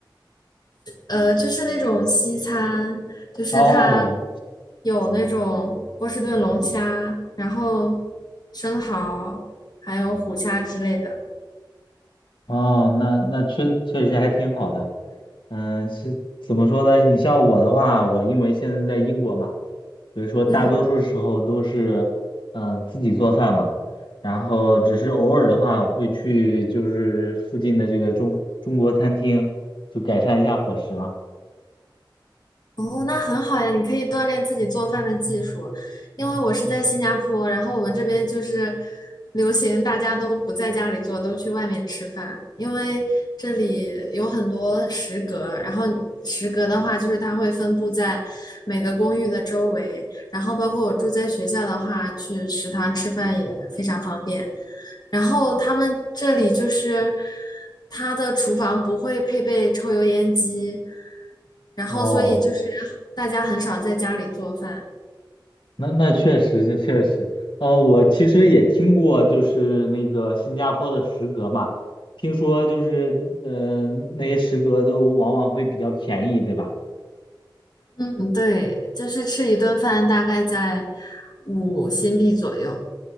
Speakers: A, on the left; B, on the left.
A: 呃，就是那种西餐，就是它
B: 哦。
A: 有那种波士顿龙虾，然后生蚝，还有虎虾之类的。
B: 哦，那那确确实还挺好的。嗯，是怎么说呢？你像我的话，我因为现在在英国嘛，所以说大多数时候都是嗯自己做饭嘛，
A: 嗯，
B: 然后只是偶尔的话，我会去就是附近的这个中中国餐厅，就改善一下伙食嘛。
A: 哦，那很好呀，你可以锻炼自己做饭的技术。因为我是在新加坡，然后我们这边就是流行大家都不在家里做，都去外面吃饭。因为这里有很多食阁，然后食阁的话，就是它会分布在每个公寓的周围，然后包括我住在学校的话，去食堂吃饭也非常方便。然后他们这里就是它的厨房不会配备抽油烟机。然后所以就是大家很少在家里做饭。
B: 哦。那那确实，这确实，呃，我其实也听过，就是那个新加坡的食阁嘛，听说就是，呃，那些食阁都往往会比较便宜，对吧？
A: 嗯，对，就是吃一顿饭大概在五新币左右。